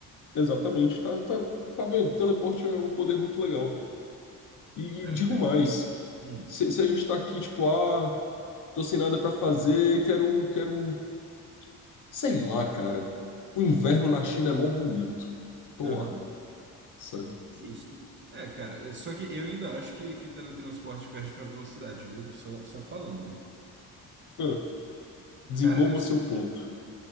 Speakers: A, on the left (about 50°); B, on the right (about 25°).
A: Exatamente, tá, tá, tá vendo? Teleporte é um poder muito legal. E,
B: É,
A: e digo
B: cara.
A: mais,
B: Hum.
A: se, se a gente tá aqui, tipo, ah, tô sem nada pra fazer, quero, quero, sei lá, cara. O inverno na China é mó bonito. Tô
B: Aham.
A: lá, sabe?
B: Justo. É, cara, é- só que eu ainda acho que, que teletransporte perde pra velocidade, viu? Só, só falando.
A: Ah, desenvolva
B: Cara, eu. sim-
A: seu ponto.